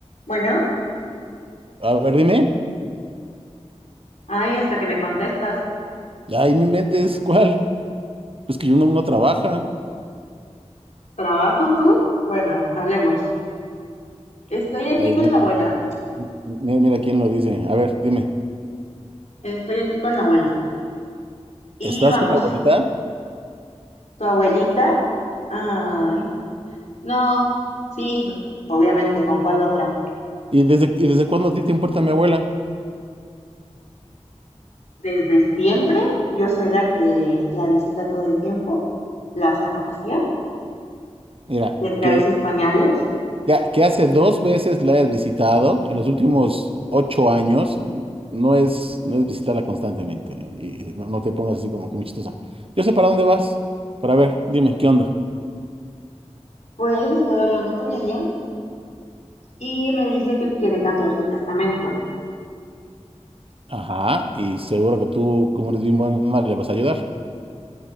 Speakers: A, on the left; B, on the right.
A: Bueno,
B: A ver, dime.
A: ay, hasta que me contestas.
B: Ay, no inventes, ¿cuál? Pues que uno, uno trabaja.
A: ¿Trabajo tú? Bueno, hablemos. Estoy aquí
B: Ay,
A: con
B: mira
A: la abuela.
B: quién lo dice. Mira, mira quién lo dice. A ver, dime.
A: Estoy aquí con la abuela. Y
B: ¿Estás
A: vamos,
B: con mi abuelita?
A: tu abuelita. Ay, no, sí, obviamente, ¿con cuál otra?
B: ¿Y desde, y desde cuándo a ti te importa mi abuela?
A: Desde siempre, yo soy la que la visita todo el tiempo, la saca a pasear,
B: Mira,
A: le trae
B: que,
A: sus pañales.
B: que, que hace dos veces la hayas visitado en los últimos ocho años, n- no es, no es visitarla constantemente. ¿eh? Y, y no, no te pongas así como que muy chistosa. Yo sé para dónde vas. Pero a ver, dime, ¿qué onda?
A: Pues estoy hablando con ella y me dice que quiere cambiar su testamento.
B: Ajá, y seguro que tú, como eres bien buena, le vas a ayudar.